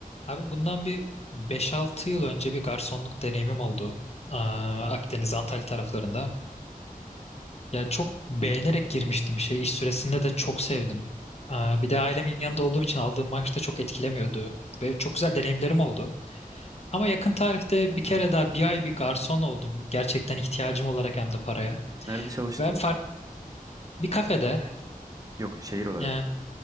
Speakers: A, on the left; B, on the right.
A: Abi bundan bir beş altı yıl önce bir garsonluk deneyimim oldu. Aa, Akdeniz, Antalya taraflarında. Ya çok beğenerek girmiştim işe. İş süresinde de çok sevdim. Aa, bir de ailemin yanında olduğum için aldığım maaş da çok etkilemiyordu. Ve çok güzel deneyimlerim oldu. Ama yakın tarihte bir kere daha bir ay bir garson oldum. Gerçekten ihtiyacım olarak hem de paraya.
B: Nerede çalıştın?
A: Ve abi fark bir kafede
B: Yok şehir olarak.
A: yani